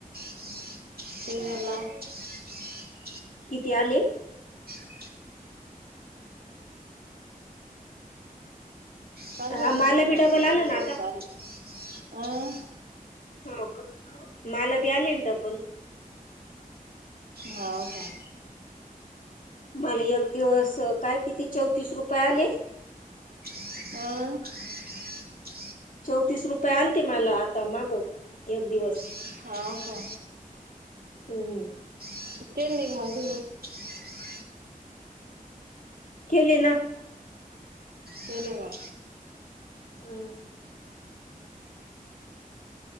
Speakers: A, on the right (about 85°); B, on the left (about 60°).
A: <inaudible>
B: किती आले?
A: <inaudible> पालटच
B: हा मला बी
A: माती
B: डबल आलं ना आता
A: पाल अह
B: हो का मला बी आलेंन डबल.
A: हा का?
B: मला एक दिवस काय किती चौतीस रुपये आले.
A: अ
B: चौतीस रुपये आलते मला आता माग एक दिवस.
A: हा का?
B: हअ.
A: <unintelligible>
B: केले ना!
A: केलेवा
B: हम्